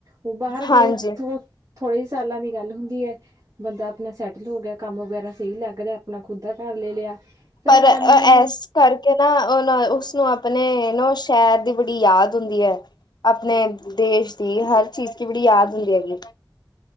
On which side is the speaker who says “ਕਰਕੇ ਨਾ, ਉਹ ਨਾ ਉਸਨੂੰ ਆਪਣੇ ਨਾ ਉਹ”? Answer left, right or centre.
Left